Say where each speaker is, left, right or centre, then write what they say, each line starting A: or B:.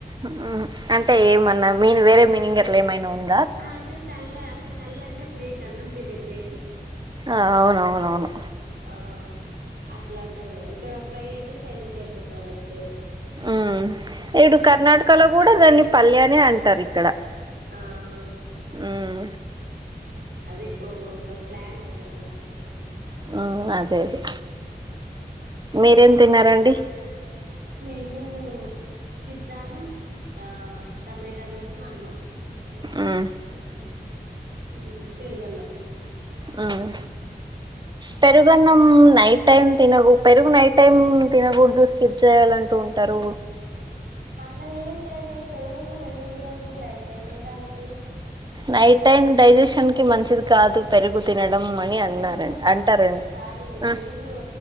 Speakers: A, on the right (about 25°); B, on the right (about 75°).
A: ఉమ్ అంటే ఏమన్నా మీన్ వేరే మీనింగ్ అట్లా ఏమైనా ఉన్
B: ఆంటే తల్ల తల్ అంటే ప్లేట్ అన్నం తినే ప్లేటు
A: ఆ అవునవును అవును
B: ఆ అట్లాంటరు ఇక్కడ ఫ్రై అంటే సైలెంట్ అయిపోతారు అంతే.
A: ఉ ఇడు కర్ణాటకలో కూడ దాన్ని పల్లె అనే అంటారు ఇక్కడ.
B: ఆవ్ ఉమ్
A: ఉమ్
B: అదే ఒగోక్క ఒక స్లాంగ్ ఒగో రకంగా
A: ఉ అదే అదే మీరేం తిన్నారండి
B: మేము చిత్రాన్నం ఆ టమేటా రసము అన్నం అంతే
A: ఉమ్
B: ఉ పెరుగన్నం
A: ఉ పెరుగున్నం నైట్ టైం తినగు పెరుగు నైట్ టైం తినగూడదు స్కిప్ చేయాలంటు ఉంటారు.
B: అట్లా ఏం లేదే పెరుగు అన్నం ఎందుకు తినగూడదు నైట్ టైమే దానికి.
A: నైట్ టైం డైజెషన్కి మంచిది కాదు పెరుగు తినడం అని
B: పెరుగు
A: అన్నారండి
B: కాదు
A: అంటారండి
B: సారీ
A: ఉ
B: పెరుగు